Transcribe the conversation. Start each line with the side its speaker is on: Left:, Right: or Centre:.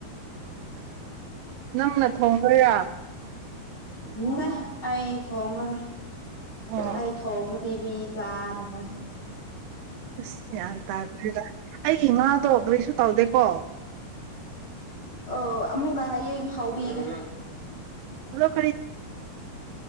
Right: ꯅꯪꯅ ꯊꯣꯡꯗꯣꯏꯔꯥ
Left: ꯉꯗꯦ ꯑꯩ ꯊꯣꯡꯉꯔꯣꯏ
Right: ꯑꯣ
Left: ꯑꯩ ꯊꯣꯡꯉ ꯇꯤꯃꯤ ꯆꯔꯔꯣꯏ
Right: ꯑꯁ ꯌꯥꯟ ꯇꯥꯗꯦꯗ ꯑꯩꯒꯤ ꯉꯥꯗꯣ ꯀꯔꯤꯁꯨ ꯇꯧꯗꯦꯀꯣ
Left: ꯑꯣ ꯑꯃꯨꯛꯀ ꯍꯌꯦꯡ ꯐꯥꯎꯕꯤꯒꯦ
Right: ꯔ <unintelligible>